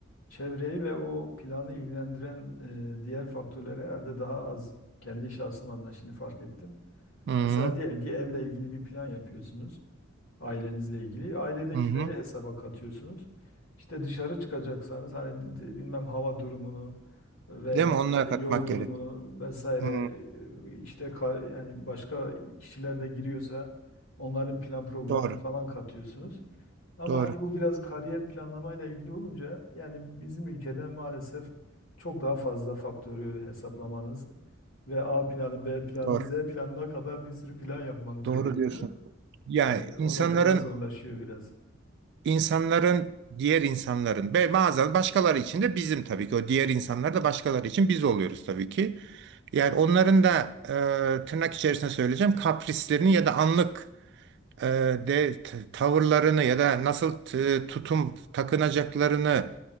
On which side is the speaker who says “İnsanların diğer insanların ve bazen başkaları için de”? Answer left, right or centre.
Right